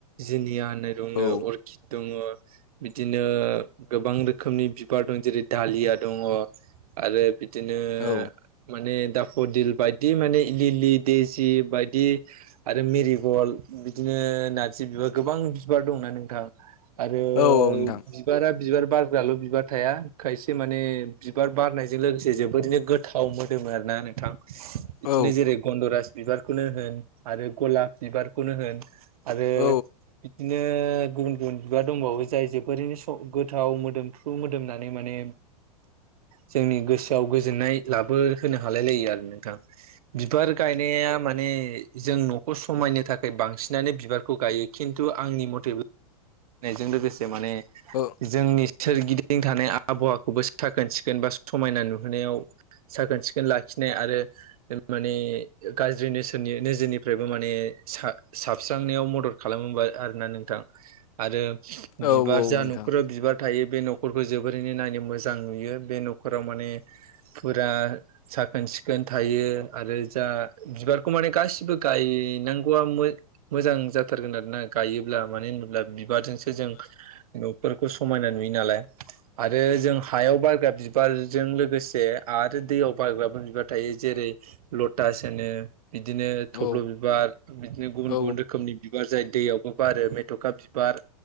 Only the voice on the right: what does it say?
जुनिया होननाय दंनो
अर्किद दं दङ' बिदिनो गोबां रोखोमनि बिबार दं जेरै दालिया दङ' आरो बिदिनो
माने दाफ'दिल, बायदि माने लिलि, देजि, बायदि आरो मेरिगल बिदिनो नारजि बिबार गोबां बिबार दंना नोंथां? आरो
बिबारा बिबार बारग्राल' बिबार थाया खायसे माने बिबार बारनायजों लोगोसे जोबोरैनो गोथाव मोदोमो आरोना नोंथां। बिदिनो
जेरै गन्दराज बिबारखौनो होन आरो गलाफ बिबारखौनो होन आरो
बिदि नो गुबुन गुबुन बिबार दंबावो जाय जोबोरैनो स गोथाव मोदोमफ्रु मोदोमनानै माने जोंनि गोसोआव गोजोननाय लाबोहोनो हालाय लायो आरो नोंथां। बिबार गायनाया माने जों न'खौ समायनो था खाय बांसिनानो बिबारखौ गायो खिन्थु आंनि मथे समायनायजों लोगोसे माने
जोंनि सोरगिदिं थानाय आबहावाखौबो साखोन सिखोन बा समायना नुहोनायाव साखोन सिखोन लाखि नाय आरो माने गाज्रि नोसोरनि नोजोरनिफ्रायबो माने सा साबस्रांनायाव मदद खालामोबा आरोना नोंथां आरो
बिबार
जा
न'खराव बिबार थायो बे न'खरखौ जोबोरैनो नायनो मोजां नुयो बे न'खराव माने फुरा साखोन सि सिखोन थायो आरो जा बिबारखौ माने गासिबो गायनांगौआ मोजां जाथारगोन आरोना गायोब्ला मानो होनोब्ला बिबारजोंसो जों न'फोरखौ समायना नुयो नालाय आरो जों हायाव बारग्रा बिबारजों लोगोसे आरो दै याव बाग्राफोर बिबार थायो जेरै लटास होनो। बिदिनो
थब्ल' बिबार बिदिनो गुबुन
गुबुन रोखोमनि बिबार जाय दैयावबो बारो मेथ'खा बिबार